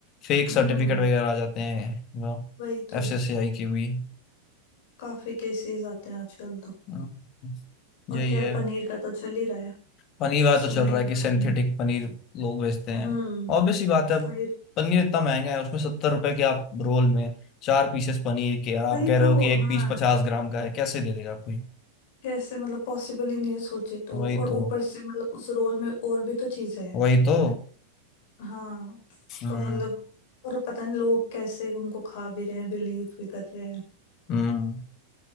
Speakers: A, on the left; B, on the left.
A: फेक
B: हम्म
A: सर्टिफिकेट वगैरह आ जाते हैं
B: वही तो
A: एफ एस सी आई के भी
B: काफी केसेस आते हैं आजकल तो
A: हम्म,
B: और
A: यही
B: खैर
A: है
B: पनीर का तो चल ही रहा है
A: पनीर वाला तो
B: सुना
A: चल
B: ही
A: रहा
B: होगा
A: है कि सिंथेटिक
B: आपने
A: पनीर लोग बेचते हैं
B: हम्म
A: ऑब्वियस सी बात है अब
B: फाइव
A: पनीर इतना महंगा है उसमें सत्तर रुपए के आप रोल में चार पीसेस पनीर के और आप
B: वही
A: कह रहे
B: तो
A: हो कि एक
B: हाँ
A: पीस पचास ग्राम का है कैसे दे देगा कोई
B: कैसे मतलब पॉसिबल ही नहीं है सोचे तो
A: वही
B: और
A: तो
B: ऊपर से मतलब उस रोल में और भी तो चीजें हैं
A: वही तो
B: हाँ
A: हम्म
B: तो मतलब और पता नहीं लोग कैसे उनको खा भी रहे हैं बिलीव भी कर रहे हैं
A: हम्म